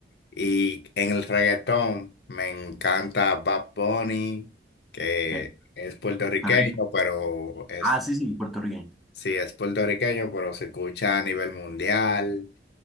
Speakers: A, on the left; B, in the centre.
A: Y en el reggaetón me encanta Bad Bunny, que
B: Ok.
A: es puertorriqueño,
B: Puerto Rico.
A: pero es,
B: Ah, sí, sí, puertorriqueño.
A: sí, es puertorriqueño, pero se escucha a nivel mundial.